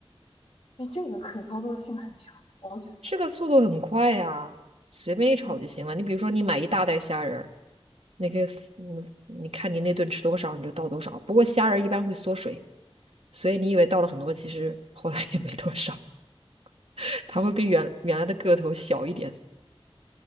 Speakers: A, on the left; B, on the right.
A: 哎，这个可操作性很强，我觉得，
B: 这个速度很快呀，随便一炒就行了。
A: 嗯，
B: 你比如说，你买一大袋虾仁儿，那个嗯，你看你那顿吃多少，你就倒多少。不过虾仁儿一般会缩水，所以你以为倒了很多，其实 <laughs> 后来也没多少，<laughs> 它会比原原来的个头小一点。